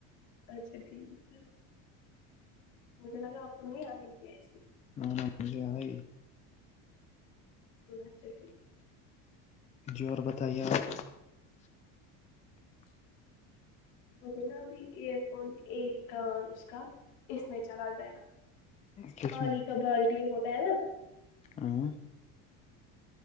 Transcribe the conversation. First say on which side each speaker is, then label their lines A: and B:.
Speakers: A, on the left; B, on the left.
A: اچھا ٹھیک ہے مجھے لگا آپ کو نہیں آئے گی ایسی
B: ہاں مجھے آ ہی
A: تو اچھا ٹھیک
B: جی اور بتائیے آپ
A: مجھے نا ابھی ایئر فون ایک کان اس کا اس میں چلا گیا
B: کس
A: پانی کا بالٹی ہوتا ہے نا
B: اں